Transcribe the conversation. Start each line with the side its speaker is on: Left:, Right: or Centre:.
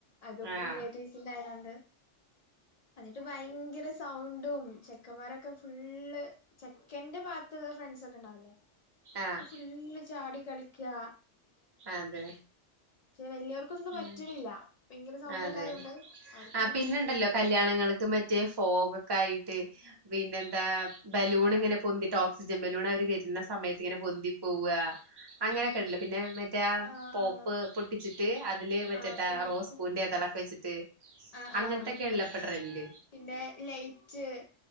Left: അതും
Right: ആഹ്
Left: റിലേറ്റീവ്സിൻ്റെ ആയതോണ്ട് എന്നിട്ട് ഭയങ്കര സൗണ്ടും ചെക്കന്മാരൊക്കെ ഫുള്ള് ചെക്കന്റെ ഭാത്ത് ഫ്രണ്ട്സോക്കെ ഉണ്ടാവുല്ലേ അവരൊക്കെ
Right: ആഹ്
Left: ഫുള്ള് ചാടി കളിക്കാ
Right: അതെ
Left: വലിയവർക്കൊന്നും ഇത് പറ്റണില്ല
Right: ഉം
Left: ഭയങ്കര സൗണ്ടൊക്കെ
Right: അതെ
Left: ആയോണ്ട് അവർക്കൊന്നും
Right: ആ പിന്നെണ്ടല്ലോ
Left: പറ്റണില്ല
Right: കല്യാണങ്ങൾക്ക് മറ്റേ ഫോഗൊക്കായിട്ട് പിന്നെന്താ ബലൂണ്ങ്ങനെ
Left: ആഹ്
Right: പൊന്തീട്ട് ഓക്സി ജൻ ബലൂണ് അവരെ കേറ്റുന്ന സമയത്ത് ഇങ്ങനെ പൊന്തി പോവാ അങ്ങനെയൊക്കണ്ടല്ലൊ പിന്നെ മ റ്റാ
Left: ആഹ്
Right: പോപ്പ്
Left: ആഹ്
Right: പൊട്ടിച്ചിട്ട് അതില് മറ്റേതാ
Left: ആഹ് പോപ്പും
Right: റോസ് പൂവിന്റെ ഇതളൊക്കെ വെച്ചി തേ
Left: ആഹ്
Right: അങ്ങത്തെക്കേണ്ല്ലെ
Left: ആഹ്
Right: ഇപ്പ ട്രൻഡ്
Left: പിന്നെ ലൈറ്റ് ട്ട്